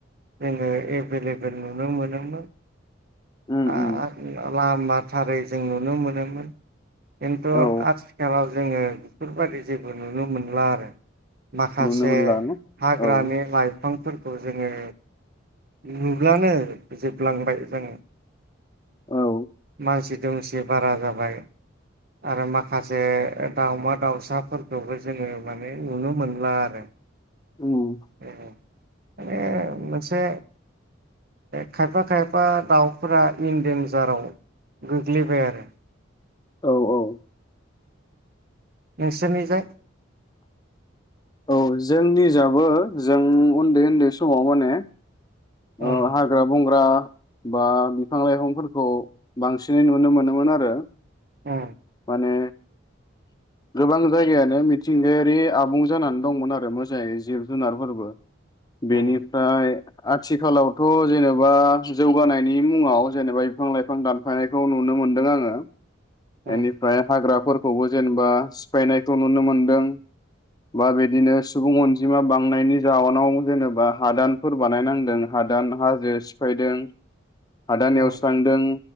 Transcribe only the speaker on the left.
उम
उम
औ
नुनो मोनला न
औ
औ
उम
औ औ
औ जोंनि जाबो जों उन्दै उन्दै समाव माने
ओ हाग्रा बंग्रा बा बिफां लाइफांफोरखौ बांसिनै नुनो मोनोमोन आरो।
माने गोबां जायगायानो मिथिंगायारि आबुं जानानै दंमोन आरो मोजाङै जिब जुनारफोरबो बेनिफ्राय
आथिखालावथ' जेनेबा जौगानायनि मुङाव जेनेबा बिफां लाइफां दानफानायखौ नुनो मोनदों आङो
एनिफ्राय हाग्राफोर खौबो जेनेबा सिफायनायखौ नुनो मोनदों बा बिदिनो सुबुं अन जिमा बांनायनि जाउनाव जेनेबा हादानफोर बानायनांदों हादान हाजो सिफायदों। हादान
एवस्रांदों